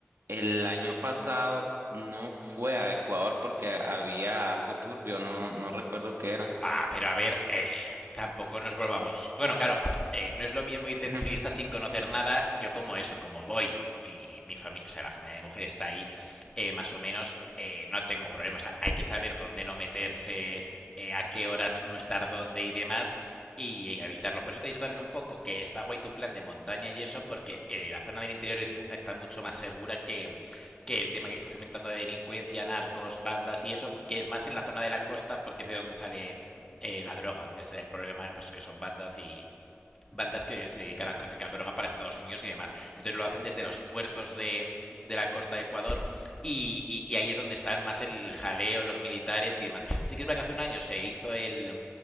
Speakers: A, on the right; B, on the left.
A: El año pasado no fue a Ecuador porque había algo turbio, no, no recuerdo qué era.
B: Va, pero a ver, eh, tampoco nos volvamos. Bueno, claro, eh, no es lo mismo ir de
A: <clears throat>
B: turista sin conocer nada. Yo como eso, como voy y mi familia, o sea, la familia de mi mujer está ahí, eh, más o menos, eh, no tengo problemas. Hay que saber dónde no meterse, eh, a qué horas no estar dónde y demás, y, y evitarlo. Por eso te he dicho también un poco que está guay tu plan de montaña y eso, porque eh, la zona del interior es está mucho más segura que, que el tema que estás comentando de delincuencia, narcos, bandas y eso, que es más en la zona de la costa porque es de donde sale eh, la droga, que es el problema, pues que son bandas y bandas que se dedican a traficar droga para Estados Unidos y demás. Entonces lo hacen desde los puertos de, de la costa de Ecuador y, y, y ahí es donde están más el jaleo, los militares y demás. Sí que es verdad que hace un año se hizo el,